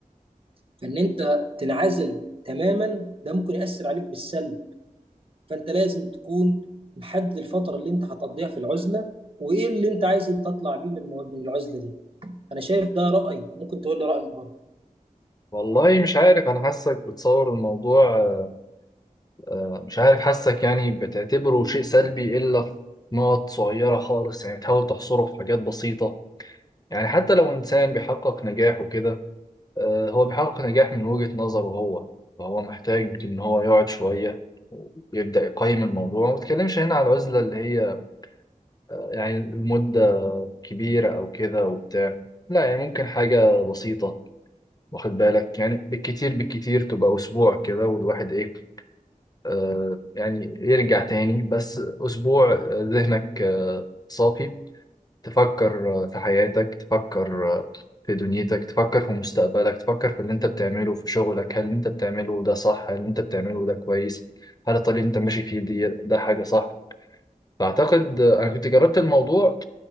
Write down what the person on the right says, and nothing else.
فان انت تنعزل تماما ده ممكن يأثر عليك بالسلب فانت لازم تكون محدد الفتره اللي انت هتقضيها في العزله وايه اللي انت عايز تطلع بيه من المو- من العزله دي انا شايف ده رايي ممكن تقول لي رايك برضه